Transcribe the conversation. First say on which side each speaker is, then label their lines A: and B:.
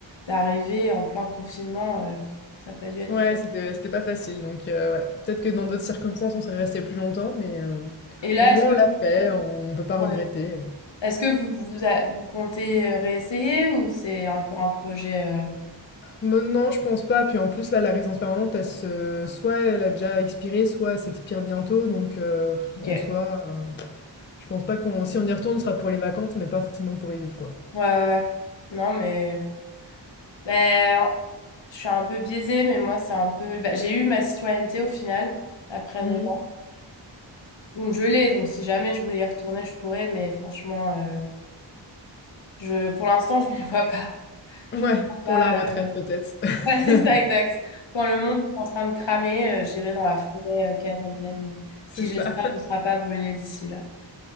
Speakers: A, on the left (about 70°); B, on the left (about 25°).
A: d'arriver en plein confinement, euh, pff, ça n'a pas dû être
B: ouais,
A: fait.
B: c'était, c'était pas facile. Donc, euh, ouais, peut-être que dans d'autres circonstances, on serait resté plus longtemps, mais euh,
A: Et là,
B: au moins,
A: est-ce que
B: on l'a
A: vous,
B: fait, on peut pas regretter.
A: ouais. Est-ce que vous, vous, a- vous comptez euh, réessayer ou c'est un peu un projet euh,
B: Bon, non, je pense pas. Puis en plus, là, la résidence permanente, elle se... soit elle a déjà expiré, soit elle s'expire bientôt. Donc, euh,
A: Ok.
B: en
A: Ouais,
B: soi, euh, je pense pas qu'on... Si on y retourne, ce sera pour les vacances, mais pas forcément pour y vivre, quoi.
A: ouais. ouais. Non, mais ben, je suis un peu biaisée, mais moi, c'est un peu... bah, j'ai eu ma citoyenneté au final, après
B: Mhm.
A: 9 ans. Donc je l'ai, donc si jamais je voulais y retourner, je pourrais, mais franchement... euh, Je, pour l'instant, je ne me vois pas.
B: Ouais,
A: Je me vois pas.
B: pour la retraite,
A: euh,
B: peut-être.
A: <laughs>
B: <laughs>
A: Ouais, c'est ça, exact. Quand le monde est en train de cramer, euh, j'irai dans la forêt euh, canadienne, euh,
B: C'est
A: qui
B: ça.
A: j'espère ne sera pas brûlée d'ici là.